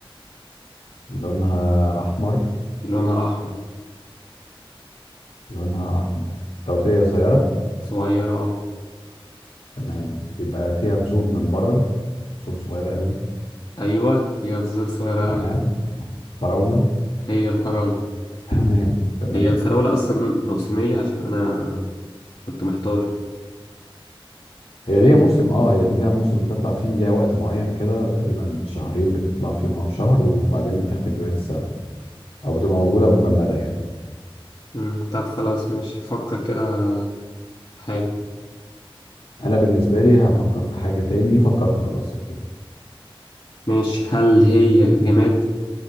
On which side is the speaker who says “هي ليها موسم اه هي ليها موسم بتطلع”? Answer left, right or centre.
Left